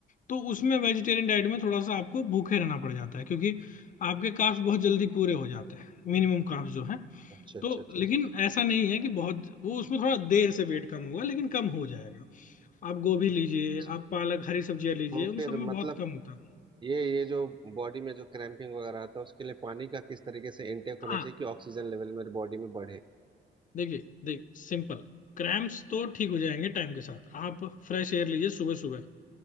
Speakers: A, on the left; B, on the right.
A: तो उसमें वेजिटेरियन डाइट में थोड़ा सा आपको भूखे रहना पड़ जाता है क्योंकि आपके कार्ब्स बहुत जल्दी पूरे हो जाते हैं मिनिमम कार्ब्स जो है
B: अच्छा अच्छा
A: तो
B: अच्छा
A: लेकिन
B: अच्छा
A: ऐसा नहीं है कि बहुत वो उसमें थोड़ा देर से वेट कम हुआ लेकिन कम हो जाएगा आप गोभी लीजिए
B: अच्छा।
A: आप पालक हरी सब्जियां लीजिए
B: तो
A: उन
B: फिर
A: सब
B: मतलब
A: में बहुत कम होता है
B: ये ये जो बॉडी में जो क्रैम्पिंग वगैरह आता है उसके लिए पानी का किस तरीके से इनटेक होना
A: हाँ
B: चाहिए कि ऑक्सीजन लेवल मेरे बॉडी में बढ़े
A: देखिए देख सिंपल क्रैम्प्स तो ठीक हो जाएंगे टाइम के साथ आप फ्रेश एयर लीजिए सुबह सुबह